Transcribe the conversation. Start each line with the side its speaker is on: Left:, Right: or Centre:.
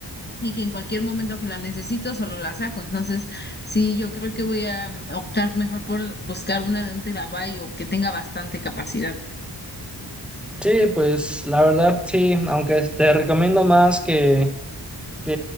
Left: y que en cualquier momento que la necesito solo la saco. Entonces, sí, yo creo que voy a mm, optar mejor por buscar una de un terabyte o que tenga bastante capacidad.
Centre: Sí, pues la verdad sí, aunque te recomiendo más que, que